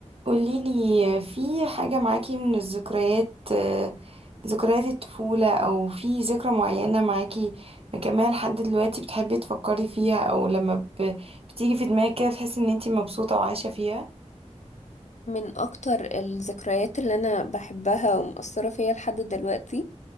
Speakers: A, on the right; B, on the left.
A: قوليلي في حاجة معاكي من الذكريات آه، ذكريات الطفولة أو في ذكرى معينة معاكي مكملة لحد دلوقتي بتحبي تفكري فيها أو لما ب- بتيجي في دماغك كده تحسي إن انتي مبسوطة وعايشة فيها
B: من اكتر الذكريات اللي انا بحبها ومؤثرة فيا لحد دلوقتي